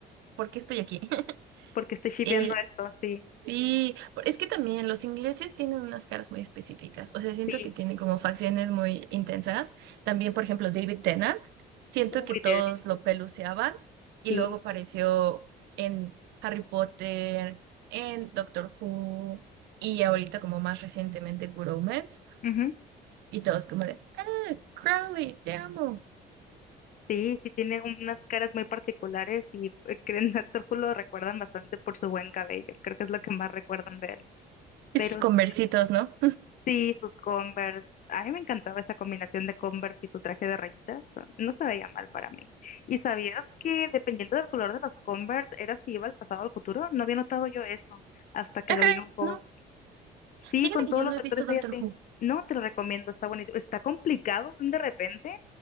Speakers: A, on the right (about 85°); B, on the left (about 50°).
A: ¿Por qué estoy aquí? <laughs>
B: porque estoy shipeando
A: Eh,
B: esto, sí,
A: Sí, por- es que también los ingleses tienen unas caras muy específicas, o sea, siento
B: sí,
A: que tienen como facciones muy intensas. También, por ejemplo, David Tennant, siento
B: uy,
A: que todos
B: de,
A: lo peluceaban y
B: sí.
A: luego apareció en Harry Potter, en Doctor Who y ahorita como más recientemente Good Omens
B: ujú.
A: y todos como de, "Ah, Crowley, te amo.
B: Sí, sí tiene unas caras muy particulares y eh, que en Doctor Who <laughs> lo recuerdan bastante por su buen cabello. Creo que es lo que más recuerdan de él.
A: Esos
B: Pero
A: conversitos,
B: sí,
A: ¿no?
B: sí, sus Converse. A mí me encantaba esa combinación de Converse y su traje de rayitas. No se veía mal para mí. ¿Y sabías que dependiendo del color de los Converse era si iba al pasado o al futuro? No había notado yo eso hasta que
A: Ok,
B: lo vi en un post.
A: no.
B: Sí,
A: Fíjate
B: con
A: que
B: todos
A: yo
B: los
A: no he
B: actores
A: visto Doctor
B: hay así.
A: Who.
B: No, te lo recomiendo, está buenísimo. Está complicado de repente,